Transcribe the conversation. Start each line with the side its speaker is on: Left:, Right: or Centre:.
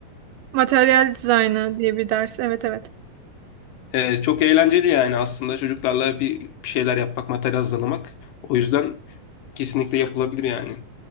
Right: materyal dizaynı diye bir ders. Evet evet.
Left: Ee, çok eğlenceli yani aslında çocuklarla bir, bir şeyler yapmak, materyal hazırlamak. O yüzden kesinlikle yapılabilir yani.